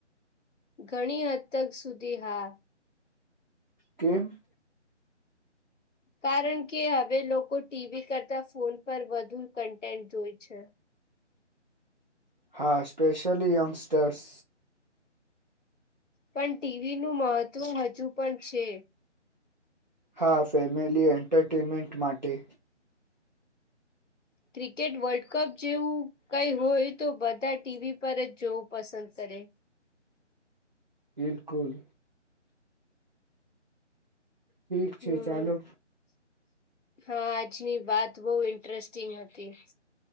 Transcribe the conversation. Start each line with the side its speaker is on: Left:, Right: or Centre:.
Left: ઘણી હક સુધી હા
Right: કેમ <unintelligible>
Left: કારણ કે હવે લોકો ટીવી કરતા ફોન પર વધુ કન્ટેન્ટ જોય છે.
Right: હા સ્પેશલી યંગસ્ટર્સ
Left: પણ ટીવી નું મહત્વ હજુ પણ છે.
Right: હા ફેમિલી એન્ટરટેનમેન્ટ માટે
Left: ક્રિકેટ વર્લ્ડ કપ જેવું કઈ હોય તો બધા ટીવી પર જ જોવું પસંદ કરે
Right: બિલકુલ ઠીક છે
Left: હમ
Right: ચાલો
Left: હા આજની વાત બહુ ઇન્ટરેસ્ટિંગ હતી.